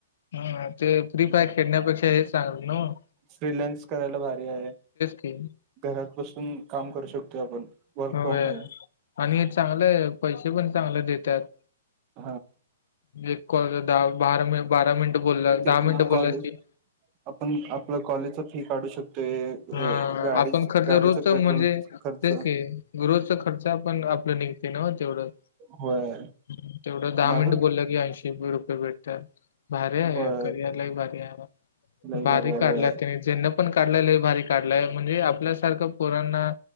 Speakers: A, on the left; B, on the right.
A: हा ते फ्री फायर खेळण्यापेक्षा हे चांगलं ना हो.
B: फ्रीलन्स करायला भारी आहे.
A: की.
B: घरात बसून काम करू शकतोय आपण वर्क
A: होय.
B: फ्रॉम होम.
A: आणि हे चांगले आहे पैशे पण चांगले देत्यातं.
B: हां.
A: एक कॉलचा दहा बारा मि बारा मिनिटं बोलला
B: ते
A: दहा
B: पण
A: मिनिटं
B: कॉलेज
A: बोलल्याशी
B: आपण आपलं कॉलेजच फी काढू शकतोय.
A: हा
B: गाडी
A: आपण खर्चा
B: गाडीच
A: रोजचा
B: पेट्रोल
A: म्हणजे
B: खर्च
A: तेच की रोजचा खर्चा आपण आपला निघ ते तेवढंचं
B: होय
A: हम्म तेवढं दहा
B: माझं
A: मिनटं बोललं की ऐंशी <unintelligible> रुपये भेटत्यात. भारी आहे
B: होय
A: करिअरला ही भारी आहे म
B: लय
A: भारी
B: आहे
A: काढला
B: होय
A: त्यांनी ज्यांना पण काढले लय भारी काढलाय म्हणजे आपल्यासारखं पोरांना